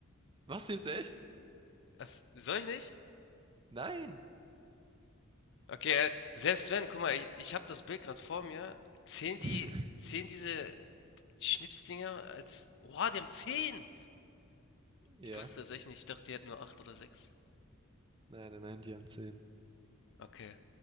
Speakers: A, on the right; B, on the left.
A: Was jetzt echt?
B: Das, soll ich nicht?
A: Nein.
B: Okay, äh, selbst wenn, guck mal, ich, ich habe das Bild gerade vor mir. Zählen die,
A: <laughs>
B: zählen diese Schnipsdinger als. Oha, die haben zehn!
A: Ja,
B: Ich wusste das echt nicht. Ich dachte, die hätten nur acht oder sechs.
A: nein, nein, nein, die haben zehn.
B: Okay.